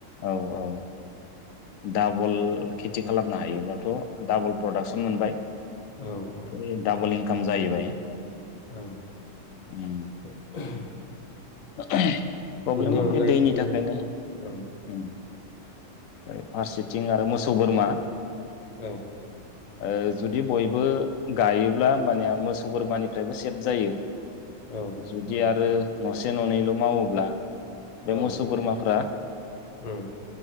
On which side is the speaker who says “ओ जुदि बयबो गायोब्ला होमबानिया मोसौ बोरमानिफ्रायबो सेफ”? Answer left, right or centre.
Left